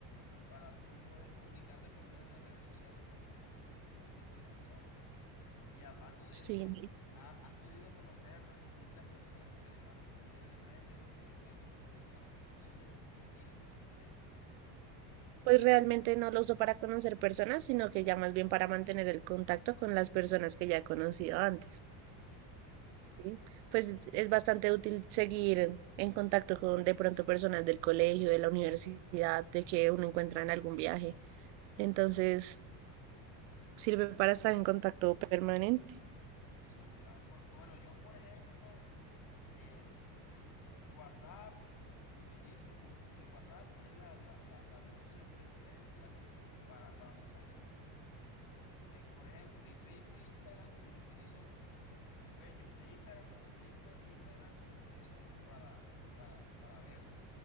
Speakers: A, on the left (about 40°); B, on the right (about 85°).
A: para tú poder comunicarte por medio de redes sociales con, con, con todo tipo de personas. Y hablando de
B: sí,
A: eso,
B: sí.
A: ¿ha- ¿has podido conocer muchas personas interesantes por medio de redes? Eh, ¿qué tipo de personas has conocido? ¿Cómo te ha ido con ese tema?
B: pues realmente no lo uso para conocer personas, sino que ya más bien para mantener el contacto con las personas que ya he conocido antes,
A: Mm, sí,
B: ¿sí? Pues es, es bastante útil seguir en contacto con de pronto personas del colegio, de la universidad, de que uno encuentra en algún viaje. Entonces, sirve para estar en contacto permanente.
A: sí, claro. Por- bueno, yo por ejemplo, eh, WhatsApp lo utilizo mucho. WhatsApp es la, la- la- la red social por excelencia para, para mensajes directos. Eh, por ejemplo, y Facebook e Instagram los utilizo. fe- este Instagram, pers- Insta- Instagram lo utilizo para, para, para ver